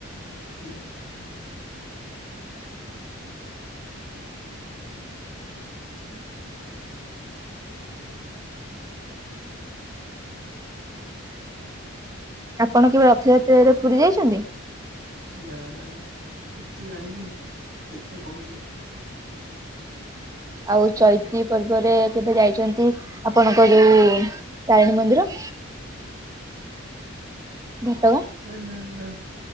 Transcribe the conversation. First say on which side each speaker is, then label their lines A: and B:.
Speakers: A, on the right (about 65°); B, on the right (about 15°).
A: ଠିକ ଅଛି।
B: ଆପଣ କେବେ ରଥଯାତ୍ରାରେ ପୁରୀ ଯାଇଛନ୍ତି?
A: ନା ନା କେବେ ତ ଯାଇନି ଦେଖିବା କଣ ହେବଛି ଆଗରକୁ।
B: ଆଉ ଚୈତି ପର୍ବରେ କେବେ ଯାଇଛନ୍ତି? ଆପଣଙ୍କ ଯୋଉ ତାରିଣୀ ମନ୍ଦିର। ଘଟଗାଁ।
A: ଏ ନା ନା